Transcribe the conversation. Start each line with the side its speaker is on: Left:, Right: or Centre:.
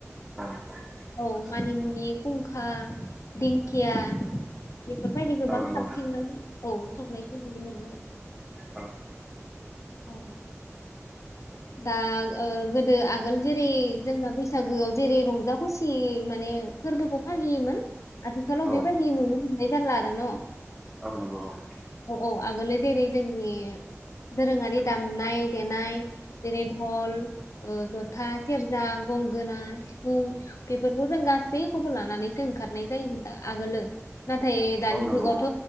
Centre: <unintelligible>
Left: औ मानिमुनि, खुंखा दिंखिया बेफोरबायदि गोबां
Centre: औ नंगौ
Left: खाबथिंनानै औ। संनायखौ नुनो मोनो आरो।
Centre: औ
Left: अ दा ओ गोदो आगोल जेरै जोंना बैसागोआव जेरै रंजा खुसि माने फोरबोखौ फालियोमोन आथिखालाव
Centre: औ
Left: बेबायदि नुनो मोननाय जारला आरो न'?
Centre: औ नंगौ औ।
Left: अ आगोलो जेरै जोंनि दोरोङारि दामनाय देनाय जेरै धल ओ ज'था, सेरजा, गंगोना, सिफुं बेफोरखौ जों गासैखौबो लानानैसो ओंखारनाय जायोमोन दा आगोलो। नाथ थाय दानि
Centre: औ नंगौ औ नंगौ औ नंगौ
Left: जुगावथ'
Centre: औ